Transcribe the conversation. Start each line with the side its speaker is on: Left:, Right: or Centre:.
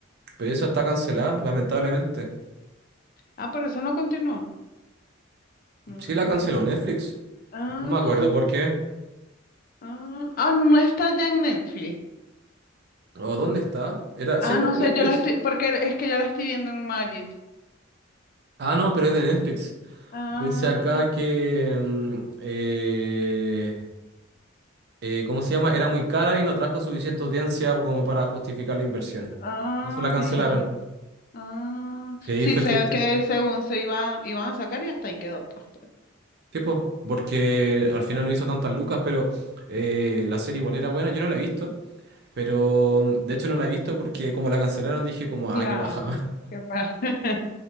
Right: Pero eso está cancelada, lamentablemente.
Left: Ah, pero eso no continuó. Me imagino.
Right: Sí, la canceló Netflix.
Left: Ah.
Right: No me acuerdo por qué.
Left: Ah, ah, no está ya en Netflix.
Right: ¿O dónde está? Era,
Left: Ah,
Right: siempre
Left: no
Right: es de
Left: sé,
Right: Netflix.
Left: yo la estoy, porque es que yo la estoy viendo en Magic.
Right: Ah, no, pero es de Netflix.
Left: Ah,
Right: Dice acá que... mm, eh, eh, ¿cómo se llama?
Left: iPhone.
Right: Era muy cara y no trajo suficiente audiencia como para justificar la inversión.
Left: ah,
Right: Eso la cancelaron.
Left: mira. Ah,
Right: Sí,
Left: sí,
Right: fue
Left: sé
Right: triste.
Left: que según se iba, iban a sacar y hasta ahí quedó, pues,
Right: Tipo, porque al final no hizo tantas lucas, pero eh, la serie igual era buena. Yo no la he visto. Pero mm, de hecho no la he visto porque como la cancelaron dije como,
Left: Claro,
Right: ah, qué paja.
Left: qué padre. <laughs>